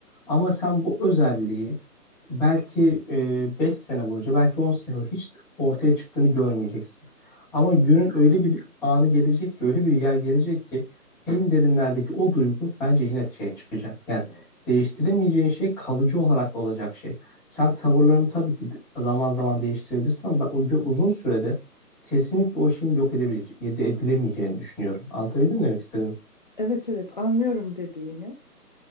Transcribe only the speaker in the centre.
Ama sen bu özelliği belki e, 5 sene boyunca belki 10 sene boyunca hiç ortaya çıktığını görmeyeceksin. Ama günün öyle bir anı gelecek ki öyle bir yer gelecek ki en derinlerdeki o duygu bence yine şeye çıkacak. Yani değiştiremeyeceğin şey kalıcı olarak olacak şey. Sen tavırlarını tabii ki zaman zaman değiştirebilirsin ama ben o ve uzun sürede kesinlikle o şeyin yok edebileceği, edilemeyeceğini düşünüyorum. Anlatabildim mi demek istedim?